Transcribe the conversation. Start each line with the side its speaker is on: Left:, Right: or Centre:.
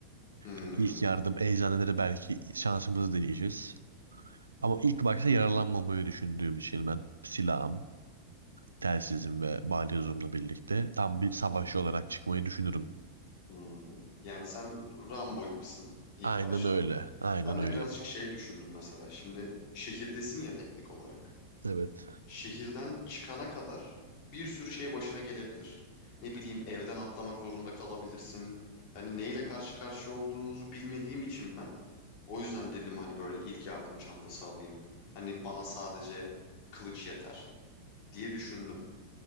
Left: Hmm,
Right: Yani ilk yardım eczaneleri belki şansımızı deneyeceğiz. Ama ilk başta yaralanmamayı düşündüğüm için ben silahım, telsizim ve balyozumla birlikte tam bir savaşçı olarak çıkmayı düşünürüm.
Left: hmm. Yani sen Rambo gibisin ilk
Right: Aynen
Left: başta.
Right: öyle. Aynen
Left: Ben
Right: öyle.
Left: de birazcık şey düşündüm mesela. Şimdi şehirdesin ya teknik olarak.
Right: Evet.
Left: Şehirden çıkana kadar bir sürü şey başına gelebilir. Ne bileyim evden atlamak zorunda kalabilirsin. Yani neyle karşı karşıya olduğumuzu bilmediğim için ben. O yüzden dedim hani böyle ilk yardım çantası alayım. Hani bana sadece kılıç yeter diye düşündüm.